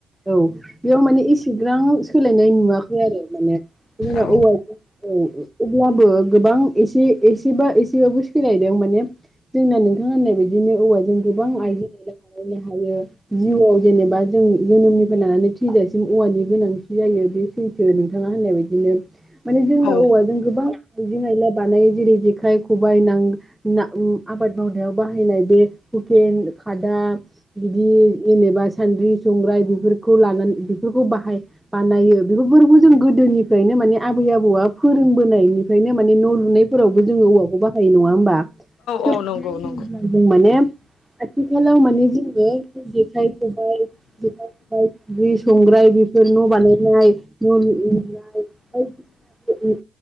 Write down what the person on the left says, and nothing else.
औ
औ
औ नंगौ नंगौ